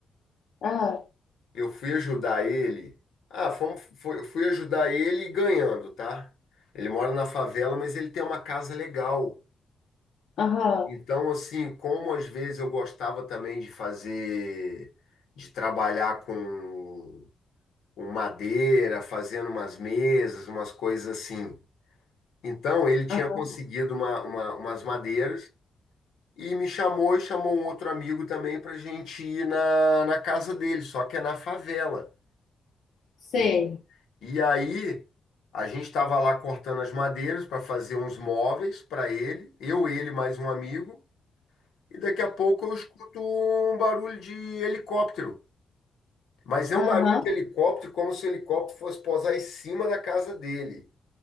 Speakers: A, on the left; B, on the left.
A: Ah,
B: Eu fui ajudar ele. Ah, fomos, foi- fui ajudar ele ganhando, tá? Ele mora na favela, mas ele tem uma casa legal.
A: aham,
B: Então, assim, como às vezes eu gostava também de fazer, de trabalhar com, com madeira, fazendo umas mesas, umas coisas assim. Então, ele tinha
A: aham,
B: conseguido uma, uma- umas madeiras e me chamou e chamou um outro amigo também para gente ir na, na casa dele, só que é na favela.
A: sei.
B: Ent- E aí, a gente estava lá cortando as madeiras para fazer uns móveis para ele, eu, ele, mais um amigo. e daqui a pouco eu escuto um barulho de helicóptero. Mas é
A: Aham,
B: um barulho de helicóptero como se o helicóptero fosse pousar em cima da casa dele.